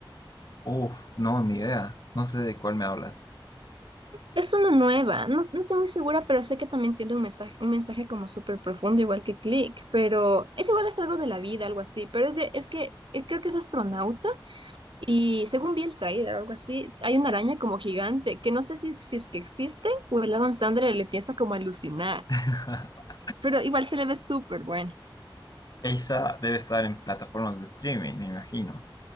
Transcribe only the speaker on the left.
Uf, no, ni idea. No sé de cuál me hablas.
<laughs>
Esa debe estar en plataformas de streaming, me imagino.